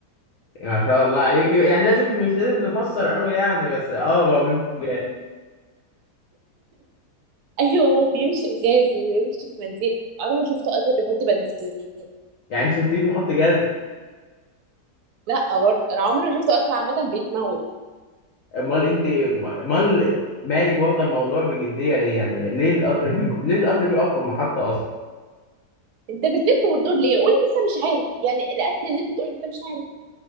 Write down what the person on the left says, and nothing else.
ما شاء الله عليك يعني لازم مش لازم نفسر قوي يعني بس اه هو بيمشي بجاز
يعني انت شفتيه بيحط جاز
امال انت امال مالك واخده الموضوع بجديه ليه يعني ليه القطر بي... ليه القطر بيقف في المحطه اصلا